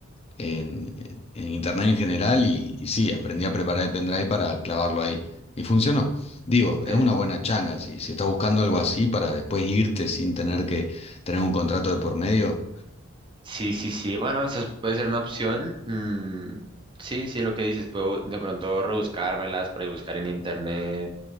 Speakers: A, on the left; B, on the right.
A: en, en- en internet en general, y, y sí, aprendí a preparar el pendrive para clavarlo ahí. Y funcionó. Digo,
B: ok.
A: es una buena changa, si, si estás buscando algo así para después irte sin tener que tener un contrato de por medio,
B: Sí, sí, sí, bueno, esa puede ser una opción. mm, sí, sí, lo que dices, puedo de pronto rebuscármelas, por ahí buscar en internet,